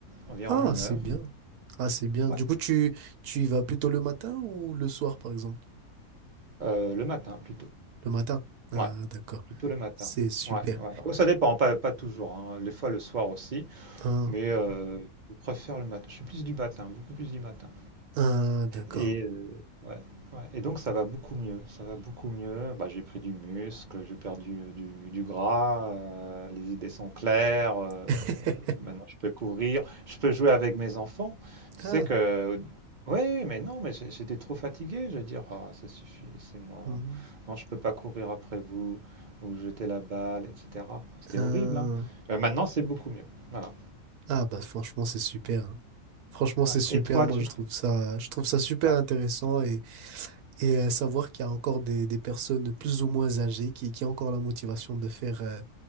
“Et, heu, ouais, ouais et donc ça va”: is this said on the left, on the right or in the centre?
Right